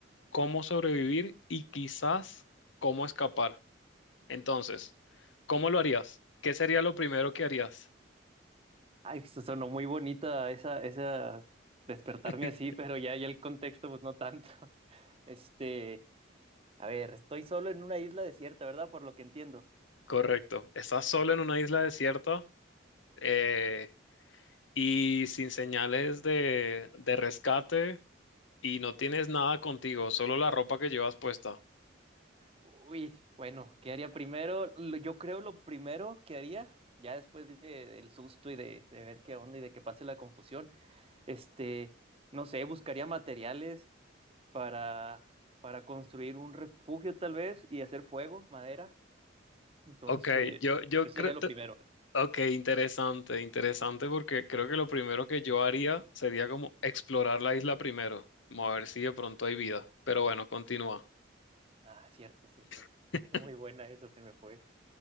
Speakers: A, on the left; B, on the right.
A: cómo sobrevivir y quizás cómo escapar. Entonces, ¿cómo lo harías? ¿Qué sería lo primero que harías?
B: Ay, pues sonó muy bonita esa, esa despertarme
A: <laughs>
B: así, pero ya, ya el contexto, pues no tanto. <laughs> Este, a ver, estoy solo en una isla desierta, ¿verdad? Por lo que entiendo.
A: Correcto, estás solo en una isla desierta. eh, y sin señales de, de rescate y no tienes nada contigo, solo la ropa que llevas puesta.
B: Uy, bueno, ¿qué haría primero? Lo- Yo creo lo primero que haría, ya después de- del susto y de, de ver qué onda y de que pase la confusión, Este, no sé, buscaría materiales para, para construir un refugio tal vez y hacer fuego, madera. Entonces,
A: Ok, yo, yo
B: eso
A: creo,
B: sería lo
A: te-
B: primero.
A: ok, interesante, interesante porque creo que lo primero que yo haría sería como explorar la isla primero, como a ver si de pronto hay vida. Pero bueno, continúa.
B: Ah, cierto, cierto. <laughs>
A: <laughs>
B: Es muy buena esa, se me fue.